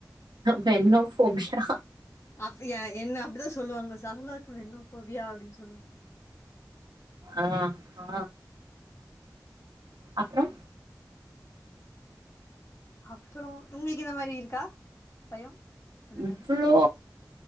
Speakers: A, on the right (about 80°); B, on the left (about 40°).
A: பென்னோபோபியா
B: அப்டியா என்ன அப்டிதா சொல்லுவாங்க சர்மிளாக்கு மென்னோபோஃபியா அப்டின்னு சொல்லுவாங்க
A: ஆ ஆ அப்றோ
B: அப்பறோ உங்களுக்கு இந்த மாரி இருக்கா பயோ அந்த
A: இவ்ளோ
B: மாரி